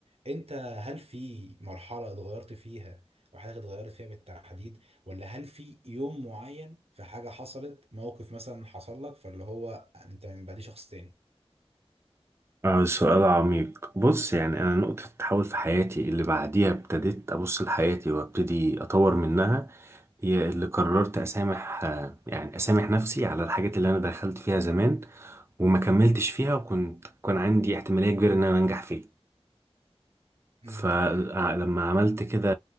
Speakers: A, on the right (about 65°); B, on the right (about 25°).
A: انت هل في مرحلة اتغيرت فيها او حاجة اتغيرت فيها بالتحديد ولا هل في يوم معين في حاجة حصلت موقف مثلا حصل لك فاللي هو انت من بعديه شخص
B: آه سؤال عميق بص يعني انا نقطة تحول في حياتي اللي بعديها ابتديت ابص لحياتي وابتدي اطور منها هي اللي قررت اسامح آه، يعني اسامح نفسي على الحاجات اللي انا دخلت فيها زمان وما كملتش فيها وكنت كان عندي احتمالية كبيرة ان انا انجح فيها
A: تاني
B: فلما عملت كده